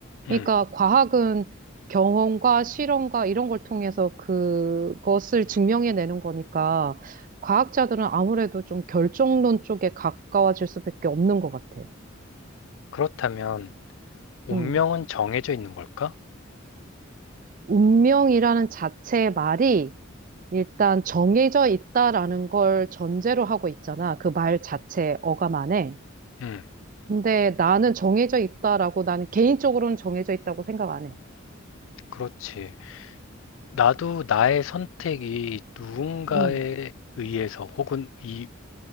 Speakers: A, on the left; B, on the right.
A: 음,
B: 그러니까 과학은 경험과 실험과 이런 걸 통해서 그것을 증명해내는 거니까 과학자들은 아무래도 좀 결정론 쪽에 가까워질 수밖에 없는 것 같아.
A: 그렇다면 운명은
B: 음.
A: 정해져 있는 걸까?
B: 운명이라는 자체의 말이 일단 정해져 있다라는 걸 전제로 하고 있잖아. 그 말 자체 어감 안에.
A: 음,
B: 근데 나는 정해져 있다라고 나는 개인적으로는 정해져 있다고 생각 안 해.
A: 그렇지. 나도 나의 선택이 누군가에
B: 응,
A: 의해서 혹은 이